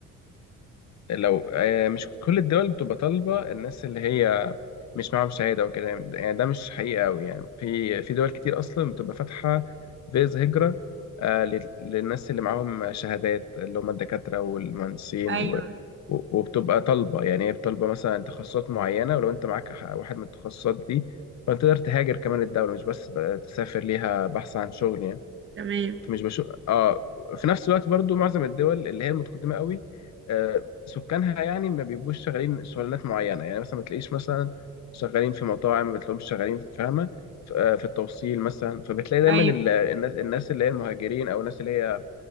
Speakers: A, on the left; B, on the right.
A: لو آه، مش كل الدول بتبقى طالبة الناس اللي هي مش معاهم شهادة وكده يعني ده مش حقيقة أوي يعني في في دول كتير أصلا بتبقى فاتحة فيز هجرة آه، لل- للناس اللي معاهم شهادات اللي هم الدكاترة والمهندسين
B: ايوه
A: و و- وبتبقى طالبة يعني هي بتطلبة مثلا تخصصات معينة ولو أنت معاك ح- واحد من التخصصات دي فأنت تقدر تهاجر كمان الدولة مش بس بقى تسافر ليها بحث عن شغل يعني
B: تمام
A: فمش بشوف اه في نفس الوقت برضو معظم الدول اللي هي المتقدمه قوي آه سكانها يعني ما بيبقوش شغالين شغلانات معينه يعني مثلا ما تلاقيش مثلا شغالين في مطاعم ما بتلاقيهمش شغالين فاهمه ف- آه، في التوصيل مثلا فبتلاقي دايما
B: ايوه
A: ال- الناس الناس اللي هي المهاجرين او الناس اللي هي